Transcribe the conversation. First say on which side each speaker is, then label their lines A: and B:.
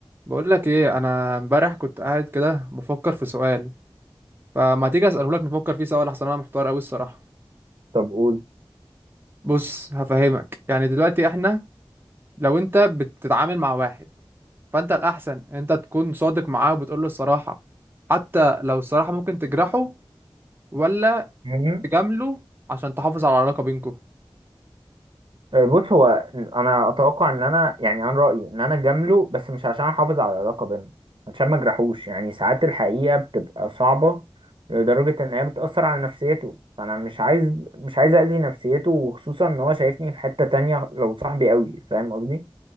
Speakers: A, on the right; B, on the right.
A: بقول لك ايه انا امبارح كنت قاعد كده بفكر في سؤال فما تيجي اساله لك نفكر فيه سوا لحسن انا محتار قوي الصراحه
B: طب قول
A: بص هفهمك يعني دلوقتي احنا لو انت بتتعامل مع واحد فانت الاحسن انت تكون صادق معاه وبتقول له الصراحه حتى لو الصراحه ممكن تجرحه ولا
B: مهم.
A: تجامله عشان تحافظ على العلاقه بينكم
B: آه، بص هو انا اتوقع ان انا يعني انا رايي ان انا اجامله بس مش عشان احافظ على العلاقه بينا عشان ما اجرحوش يعني ساعات الحقيقه بتبقى صعبه لدرجه ان هي بتاثر على نفسيته فانا مش عايز مش عايز اذي نفسيته وخصوصا ان هو شايفني في حته تانية لو صاحبي قوي فاهم قصدي